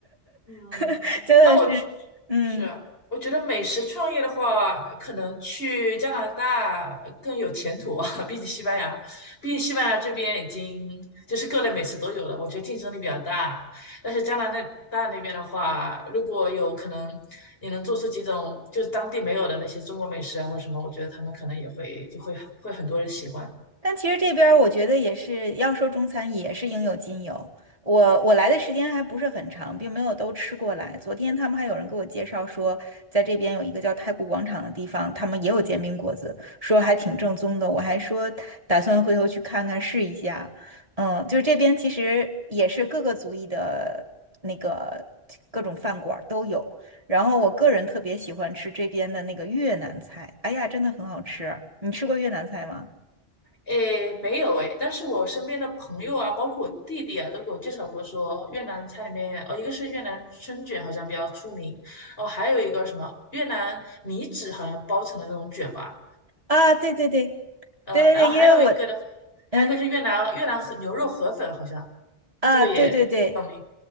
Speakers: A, on the left; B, on the right.
A: 嗯，
B: <laughs> 真的是，
A: 那我
B: 嗯。
A: 是我觉得美食创业的话，可能去加拿大更有前途啊，<laughs> 比起西班牙，毕竟西班牙这边已经就是各类美食都有了，我觉得竞争力比较大。但是加拿大大那边的话，如果有可能，你能做出几种就是当地没有的那些中国美食啊或什么，我觉得他们可能也会就会会很多人喜欢。
B: 但其实这边儿我觉得也是，要说中餐也是应有尽有。我我来的时间还不是很长，并没有都吃过来。昨天他们还有人给我介绍说，在这边有一个叫太古广场的地方，他们也有煎饼果子，说还挺正宗的。我还说打算回头去看看试一下。嗯，就这边其实也是各个族裔的那个各种饭馆儿都有。然后我个人特别喜欢吃这边的那个越南菜，哎呀，真的很好吃。你吃过越南菜吗？
A: 诶，没有诶，但是我身边的朋友啊，包括我弟弟啊，都给我介绍过说越南菜里面，哦，一个是越南春卷好像比较出名，哦，还有一个什么越南米纸好像包成的那种卷吧，
B: 啊，对对对，
A: 嗯，
B: 对对对，
A: 然后还有一个的，
B: 因为我，
A: 还有一个是越南越南和牛肉河粉好像
B: 嗯，啊，
A: 这个也有名。
B: 对对对，